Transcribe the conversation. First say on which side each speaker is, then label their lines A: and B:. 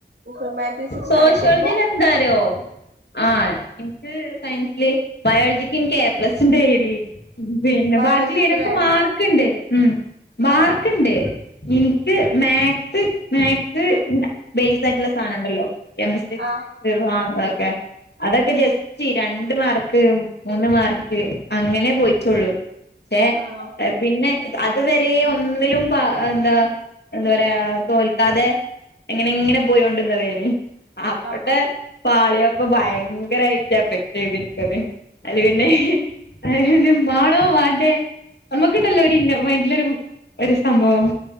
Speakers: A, on the right; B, on the left.
A: ഹ്യൂമാനിറ്റീസ്ക്ക്
B: സോഷ്യോളജിയിലെന്താരിയോ
A: കടക്കുമ്പോ
B: ആ എനിക്ക് സയൻസില് ബയോളജിക്ക് നിക്ക് എ പ്ലസ് ഇണ്ട് ഏയിനി പിന്നെ
A: ബയോളജിക്കില്
B: ബാക്കിള്ളേനൊക്കെ മാർക്ക്ണ്ട്. ഉം മാർക്ക്
A: ആഹ്
B: ഇണ്ട് എനിക്ക് മാത്ത്സ് മാത്ത്സ് ബേസ് ആയിട്ടുള്ള സാധനാണ്. കെമിസ്ട്രി
A: ആഹ്
B: <unintelligible> <inaudible> അതൊക്കെ ജസ്റ്റി രണ്ട് മാർക്ക് മൂന്ന് മാർക്ക് അങ്ങനെ പോയി ത്തുള്ളൂ റ്റെ
A: ആണോ
B: പിന്നെ അത്‌വെര് <unintelligible> ഒന്നിലും പ്പ എന്താ എന്താ പറയാ തോൽക്കാതെ എങ്ങനെ ഇങ്ങനെ പോയോണ്ട്ന്നതേന് <inaudible> അപ്പടെ
A: ആഹ്
B: പാളിയാ പ് അപ്പൊ ഭയങ്കരമായിട്ട് എഫക്ട് ചെയ്തിനക്കത് അത് പിന്നെ അയിന് പിന്നെ മാണോ മാണ്ടേ നമ്മക്കുണ്ടല്ലോ ഒരു ഇന്നർമൈൻഡ്ലൊരു മ് ഒരു സംഭവം